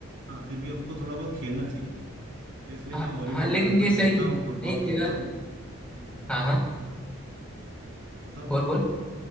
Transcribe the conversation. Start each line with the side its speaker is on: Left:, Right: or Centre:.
Right: हाँ फिर भी हमको थोड़ा बहुत खेलना चाहिए तो इसलिए
Centre: हाँ
Right: मैं वॉलीबॉल
Centre: हाँ लेकिन
Right: ज्यादातर
Centre: ये सही
Right: खेलता
Centre: है
Right: हूँ
Centre: नहीं
Right: फुटबॉल खेलता
Centre: तेरा
Right: हूँ हम्म हम्म
Centre: हाँ हाँ
Right: बताओ बताओ
Centre: बोल बोल